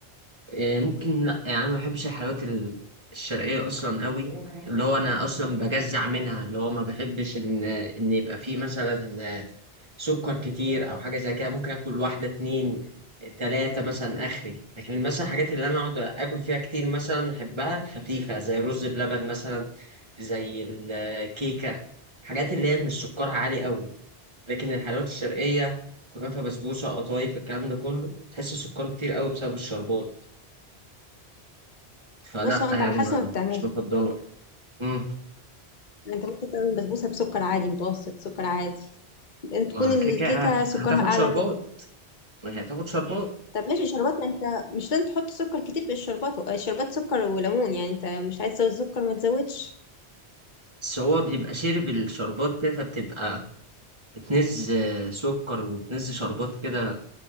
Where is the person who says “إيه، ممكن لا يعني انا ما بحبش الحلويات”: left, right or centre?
Right